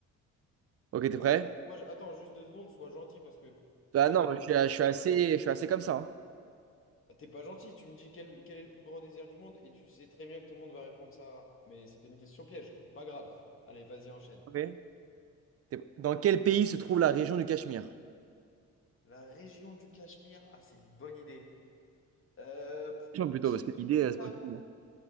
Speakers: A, on the right (about 55°); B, on the left (about 45°).
A: Ok, t'es prêt?
B: Sois- attends, juste deux secondes, sois gentil parce que
A: Bah
B: je te
A: non,
B: fais
A: moi,
B: pas
A: je suis, je
B: super
A: suis assez,
B: dur.
A: je suis assez comme ça. hein.
B: Ah, T'es pas gentil, tu me dis quel, quel est le plus grand désert du monde et tu sais très bien que tout le monde va répondre ça. Mais c'était une question piège. Pas grave. Allez, vas-y, enchaîne.
A: Ok. T'es- Dans quel pays se trouve la région du Cachemire?
B: La région du Cachemire, ah, c'est une bonne idée. Euh,
A: Question plutôt,
B: petit-
A: parce que l'idée,
B: putain.
A: euh, c'est moi qui l'ai.